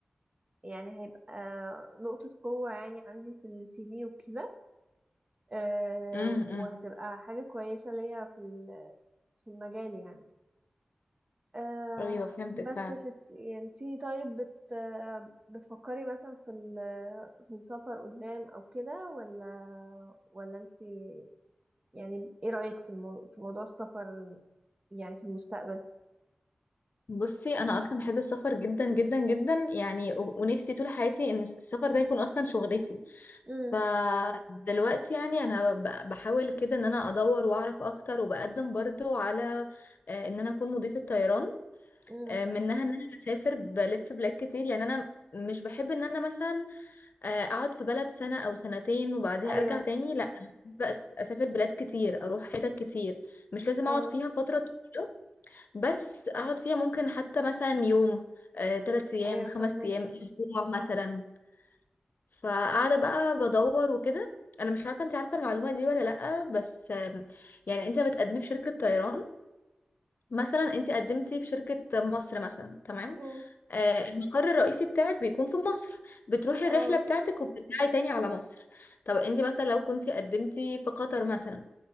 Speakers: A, on the right; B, on the left.
A: يعني هيبقى آه، نقطة قوة يعني عندي في السي في وكده آه،
B: امم
A: وهتبقى حاجة كويسة ليا في ال- في المجال يعني آه،
B: ايوه فهمتك
A: بس
B: فعلا
A: يا ستي يعني انتي طيب بت آه، بتفكري مثلا في ال- في السفر قدام او كده ولا ولا انتي يعني ايه رأيك في المو في موضوع السفر يعني في المستقبل
B: بصي انا اصلا بحب السفر جدا جدا جدا يعني و- ونفسي طول حياتي ان السفر ده يكون اصلا شغلتي
A: امم
B: فدلوقتي يعني انا ب- بحاول كده ان انا ادور واعرف اكتر وبقدم برضو على آه، ان انا اكون مضيفة طيران
A: امم
B: آه، منها ان انا بسافر بلف بلاد كتير يعني انا مش بحب ان انا مثلا آه، اقعد في بلد سنة او سنتين وبعديها
A: ايوه
B: ارجع تاني لا بس اسافر بلاد كتير اروح حتت كتير مش لازم
A: اه
B: اقعد فيها فترة طويلة بس اقعد فيها ممكن حتى مثلا يوم آه، تلات ايام
A: ايوه
B: خمس
A: فهمك
B: ايام اسبوع مثلا فقاعده بقى بدور وكده انا مش عارفه انت عارفه المعلومه دي ولا لا بس آم، يعني انت بتقدمي في شركه طيران مثلا انت قدمتي في شركه مصر مثلا تمام
A: امم
B: آه، المقر الرئيسي بتاعك بيكون في مصر بتروحي
A: اه
B: الرحله بتاعتك وبترجعي تاني على مصر طب انت مثلا لو كنت قدمتي في قطر مثلا